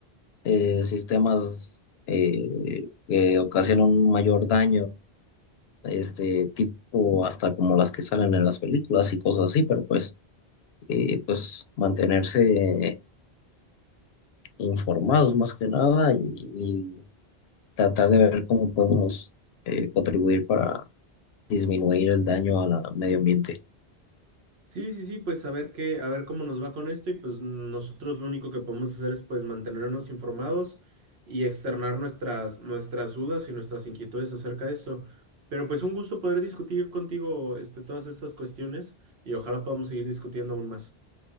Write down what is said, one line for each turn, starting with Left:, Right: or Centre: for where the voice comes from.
Left: eh, sistemas eh, que ocasionan un mayor daño, este tipo hasta como las que salen en las películas y cosas así, pero pues, eh, pues mantenerse informados más que nada y, y tratar de ver cómo podemos eh, contribuir para disminuir el daño al medio ambiente.
Right: Sí, sí, sí, pues a ver qué, a ver cómo nos va con esto y pues nosotros lo único que podemos hacer es pues mantenernos informados y externar nuestras, nuestras dudas y nuestras inquietudes acerca de esto. Pero pues un gusto poder discutir contigo este, todas estas cuestiones y ojalá podamos seguir discutiendo aún más.